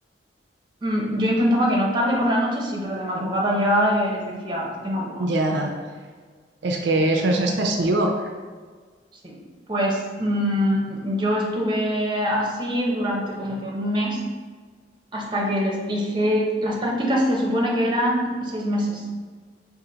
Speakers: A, on the right (about 25°); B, on the right (about 70°).
A: Mm, yo intentaba que no, tarde por la noche sí, pero de madrugada ya eh, les decía, es de madrugada,
B: Ya, es que eso es excesivo.
A: sí. Pues mm, yo estuve así durante como que un mes hasta que les dije, las prácticas se supone que eran seis meses.